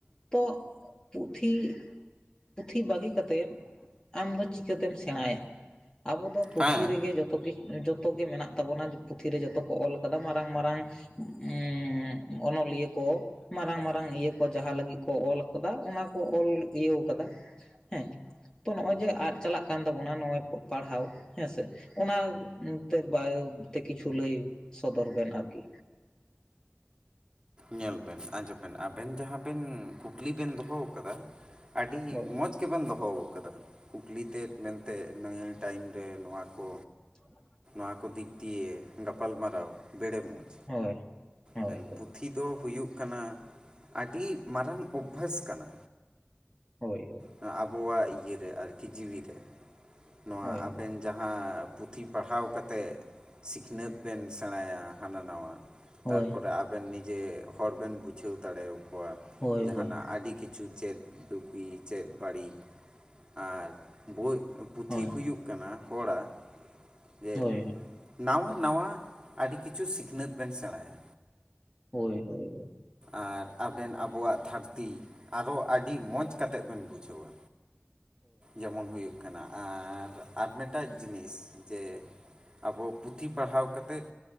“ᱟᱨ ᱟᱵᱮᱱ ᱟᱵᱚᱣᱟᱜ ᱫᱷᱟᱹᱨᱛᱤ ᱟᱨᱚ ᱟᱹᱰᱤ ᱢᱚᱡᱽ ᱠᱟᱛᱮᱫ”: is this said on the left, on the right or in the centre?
Right